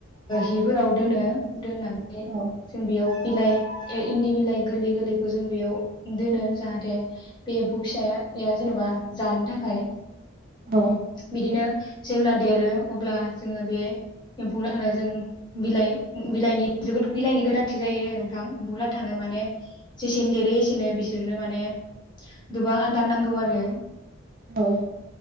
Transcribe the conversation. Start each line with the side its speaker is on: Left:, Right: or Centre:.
Left: हिफोराव दोनो। दोननानै
Right: औ
Left: जों बेयाव बिलाइ इन्दि बिलाइ गोरलै गोरलैखौ जों बेयाव दोनो जाहाथे बे एम्फौ फिसाया जेन'बा जानो थाखाय
Right: औ
Left: बिदिनो जेब्ला देरो अब्ला जोङो बे एम्फौ लाथा जों बिलाइ बिलाइनि जोबोद बिलाइनि गोनांथि जायो। गां एमफुला
Right: औ
Left: थानो माने जेसेनो देरो एसेनो बिसोरनो माने गोबां आदार नांगौ आरो
Right: औ